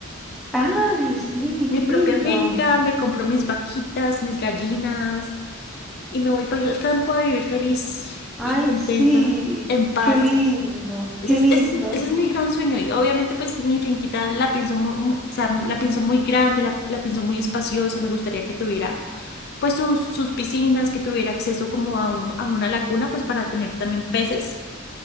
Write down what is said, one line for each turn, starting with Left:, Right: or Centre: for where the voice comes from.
Centre: Ay, sí,
Left: mi
Centre: qué
Left: propia
Centre: lindo.
Left: finca, me compro mis vaquitas, mis gallinas y me voy para el campo a vivir feliz
Centre: Ay,
Left: y contenta,
Centre: sí,
Left: en paz.
Centre: qué lindo,
Left: Ese
Centre: qué
Left: es,
Centre: lindo.
Left: ese es, ese es mi gran sueño y obviamente pues mi finquita la pienso mu- mu- o sea, la pienso muy grande, la, la pienso muy espaciosa, me gustaría que tuviera pues sus, sus piscinas, que tuviera acceso como a, un- a una laguna pues para tener también peces.